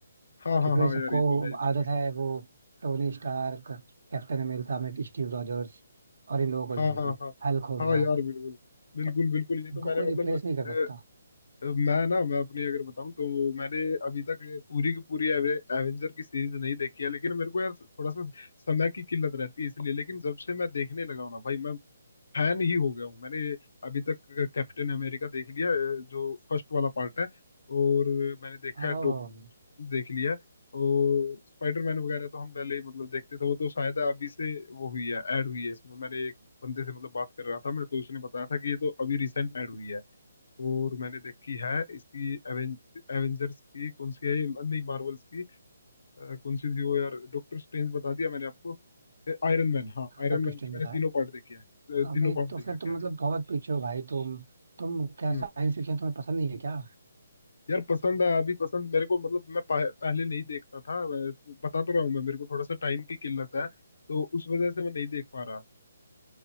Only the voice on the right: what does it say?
क्योंकि
भाई सबको
आदत है
वो टोनी स्टार्क कैप्टन अमेरिका में स्टीव रॉजर्स और इन लोगों को
देखने
की
हल्क हो
गया
तो
इनको
कोई रिप्लेस
नहीं कर सकता
ओह
हाँ
डॉक्टर
स्ट्रेंज
बताया
अभी
तो
फिर
तुम
मतलब
बहुत
पीछे हो भाई तुम तुम क्या
साइंस फिक्शन तुम्हें पसंद नहीं है क्या